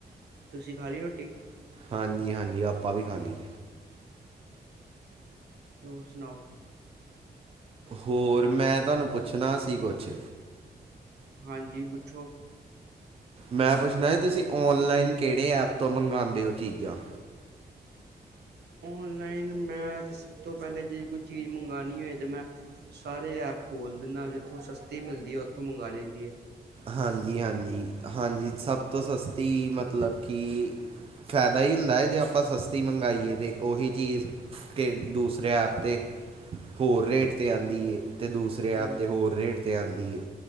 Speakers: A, on the right (about 80°); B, on the right (about 35°).
A: ਤੁਸੀਂ ਖਾ ਲਈ ਰੋਟੀ?
B: ਹਾਂਜੀ ਹਾਂਜੀ ਆਪਾਂ ਵੀ ਖਾਲ ਲਈਏ।
A: ਹੋਰ ਸੁਣਾਓ?
B: ਹੋਰ ਮੈਂ ਤੁਹਾਨੂੰ ਪੁੱਛਣਾ ਸੀ ਕੁਛ?
A: ਹਾਂਜੀ ਪੁੱਛੋ।
B: ਮੈਂ ਪੁੱਛਣਾ ਤੁਸੀਂ ਓਨਲਾਈਨ ਕਿਹੜੇ ਐਪ ਤੋਂ ਮੰਗਵਾਉਂਦੇ ਹੋ ਚੀਜ਼ਾਂ?
A: ਓਨਲਾਈਨ ਮੈਂ ਤੇ ਸਭ ਤੋਂ ਪਹਿਲੇ ਜੇ ਕੋਈ ਚੀਜ਼ ਮੰਗਉਣੀ ਹੋਵੇ ਤੇ ਮੈਂ। ਸਾਰੇ ਐਪ ਖੋਲਦੇ ਨਾਲ ਜਿੱਥੋਂ ਸਸਤੀ ਮਿਲਦੀ ਹੈ ਉੱਥੋਂ ਮੰਗਵਾ ਲਈ ਦੀ ਏ।
B: ਹਾਂਜੀ। ਜੀ ਹਾਂਜੀ -ਹਾਂਜੀ ਸਭ ਤੋਂ ਸਸਤੀ ਮਤਲਬ ਕਿ ਫਾਇਦਾ ਹੀ ਹੁੰਦਾ ਹੈ ਜੇ ਆਪਾਂ ਸਸਤੀ ਮੰਗਵਾਾਈਏ ਤਾਂ ਉਹੀ ਚੀਜ਼ ਕਿ ਦੂਸਰੇ ਐਪ 'ਤੇ ਹੋਰ ਰੇਟ 'ਤੇ ਆਉਂਦੀ ਏ। ਤੇ ਦੂਸਰੇ ਐਪ
A: ਹੂੰ,
B: ਤੇ ਹੋਰ ਰੇਟ ਤੇ ਆਉਂਦੀ ਏ।